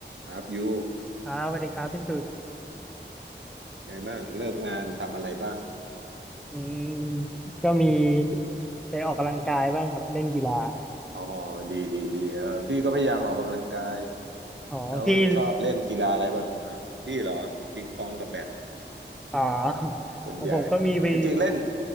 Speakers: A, on the right; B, in the centre.
A: ครับยู
B: ครับสวัสดีครับพี่สุด
A: ไงบ้างเลิกงานทำอะไรบ้าง
B: อืมก็มีไปออกกำลังกายบ้างครับเล่นกีฬา
A: อ๋อดีดีดีเออพี่ก็พยายามออกกำลังกาย
B: อ๋อพี่
A: แล้วชอบเล่นกีฬาอะไรบ้างอ่าพี่เหรอปิงปองกับแบด
B: อ๋อ
A: ส่วนใหญ่จริงๆเล่น
B: ของผมก็มีไป